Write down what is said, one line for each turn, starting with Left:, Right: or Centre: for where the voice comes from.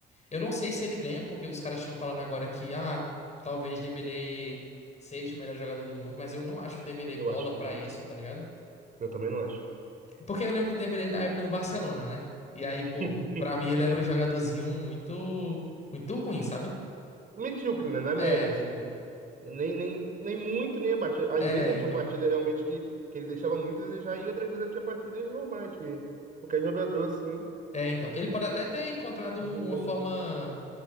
Left: Eu não sei se ele ganha, porque os caras estão falando agora que, ah, talvez Dembélé seja o melhor jogador do mundo, mas eu não acho o Dembélé
Right: Eu
Left: bola
Right: acho que não.
Left: pra isso, tá ligado?
Right: Eu também não acho.
Left: Porque eu lembro do Dembélé da época do Barcelona, né? E aí, pô,
Right: <laughs>
Left: pra mim ele era um jogadorzinho muito, muito ruim, sabe?
Right: Medíocre, né? Na média,
Left: É,
Right: assim. Nem, nem, nem muito, nem abaixo. Às
Left: é,
Right: vezes ele
Left: então.
Right: tinha partidas realmente que, que ele deixava muito a desejar, e outras vezes ele tinha partidas normais, que qualquer jogador assim,
Left: É, então. Ele pode até ter encontrado
Right: desempenho.
Left: uma forma,